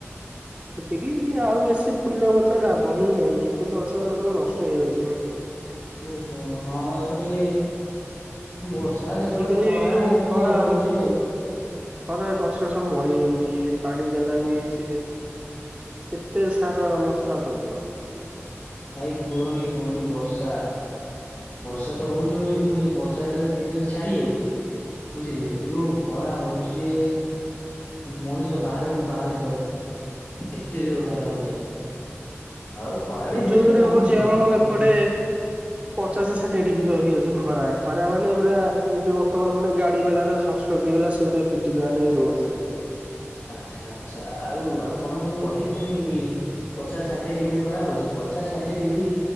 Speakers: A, on the right (about 20°); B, on the left (about 55°).
A: ସେତିକି ଆଉ ବେଶୀ ଫୁଲ ଗଛ ଲାଗୁ ହିଁ ନାହିଁ, ଫୁଲ ଗଛ ସବୁ ନଷ୍ଟ ହେଇଯାଉଚି।
B: ଓହୋ। ହଁ, ଏବେ ଟିକେ ବର୍ଷ ତା କେତେବଳେ
A: ଆଜିକାଲି
B: ଖରା,
A: ଯୋଉ
B: ଏମତି
A: ଖରା
B: ହଉଛି ଆଉ।
A: ଖରାରେ ଗଛ ସବୁ ମଡି ଯାଉଛି, ପାଣି ଦେଲା
B: ହଁ
A: ବି ସିଏ କେତେ ସାର ମସଲା ଦବୁ ଆଉ?
B: ଭାଇ କୁହନି କୁହନି, ବର୍ଷା ବର୍ଷା ତ ହଉଚି ହଉଚି, ପୁଣି ସେ ବର୍ଷା ଯେତେବେଳେ ଦିନରେ ଛାଡି ଯାଉଚି ବୁଝିଲେ
A: ହଉ
B: କି? ଯୋଉ ଖରା ହଉଛି ଯେ, ମଣିଷ
A: ଆଜ୍ଞା
B: ବାହାରକୁ ବାହାରି ପାରୁନି। ଏତେ ଜୋର ଖରା
A: ଆଜ୍ଞା
B: ହଉଛି। ଆଉ ଖରା ବି ଧୀରେ
A: ଜୋରେ
B: ଧୀରେ କମିଯିବ
A: ହଉଛି ଆମ
B: ମ
A: ଏପଟେ
B: ହେଇ
A: ପଚାଶ ଷାଠିଏ ଡିଗ୍ରୀ ରହିଯାଉଛି ଖରା। ଖରା ମାନେ ପୁରା ଏବେ ବର୍ତ୍ତମାନ ଗୋଟେ ଗାଡିବାଲାର ସଂସ୍ ଷ୍ଟ୍ରୋକ ହେଇଗଲା, ସିଏ ଗୋଟେ ପିଟିଦେଲା ନେଇକି ରୋଡ ସାଇଡରେ।
B: ଆଚ୍ଛା ଆଚ୍ଛା। ଆଉ ଆପଣ ଯୋଉ କହିଲେଣି ପଚାଶ ଷାଠିଏ ଡିଗ୍ରୀ ଖରା ହଉଛି, ପଚାଶ ଷାଠିଏ ଡିଗ୍ରୀ